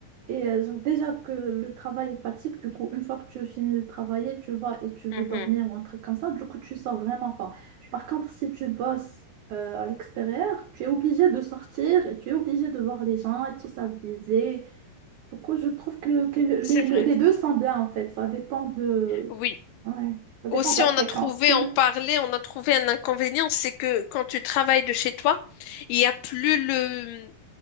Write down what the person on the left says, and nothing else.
mhm.
C'est
vrai.
Oui.
Aussi,
on
a trouvé, on
parlait, on a trouvé un inconvénient, c'est que quand tu travailles de chez toi, il y a plus le,